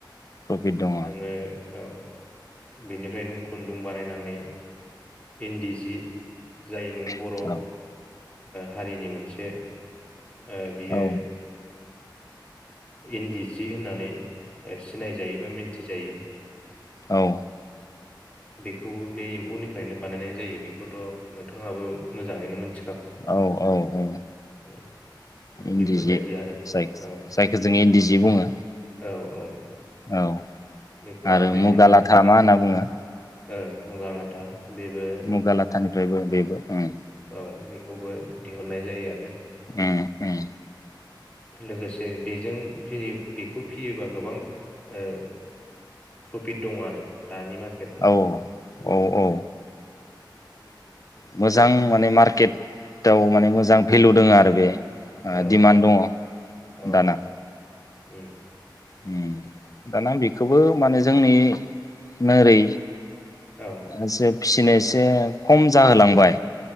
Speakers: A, on the left; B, on the left.
A: प्रफिट दङ
B: नोङो ओ बेनिफ्राय नों खुन्दुं बानायनानै इन्दि जि जाय नोङो बर
A: औ
B: ओ हारिनि मोनसे ओ बियो
A: औ
B: इन्दि जि होननानै सिनायजायो बा मिन्थिजायो।
A: औ
B: बेखौबो बे एम्फौनिफ्रायनो बानायनाय जायो बेखौथ नोंथाङाबो मोजाङैनो मोन
A: औ औ औ
B: उम,
A: इन्दि
B: बेफोरबायदि
A: जि
B: आरो
A: जाय
B: औ
A: जाय जों इन्दि जि बुङो
B: औ औ
A: औ
B: बेखौ
A: आरो
B: आखाइजोंनो
A: मुगा लाथा
B: दिहुनो
A: मा होनना बुङो।
B: ओ मुगा लाथा। बेबो
A: मुगा लाथानिफ्रायबो बेबो उम
B: औ बेखौबो दिहुननाय जायो आरो
A: उम उम
B: लोगोसे बेजों फियो बि फियोबा गोबां ओ प्रफिट दङ आरो दानि मा
A: औ औ औ ओ
B: उम,
A: मो जां माने मार्केटआव माने मोजां भेलु दोङो आरो बे ओ
B: औ
A: दिमान्ड
B: औ
A: दङ
B: औ
A: दाना
B: उम
A: उम दाना बेखौबो माने जोंनि नोरै
B: औ
A: एसे फिसिनाया एसे खम जाहोलांबाय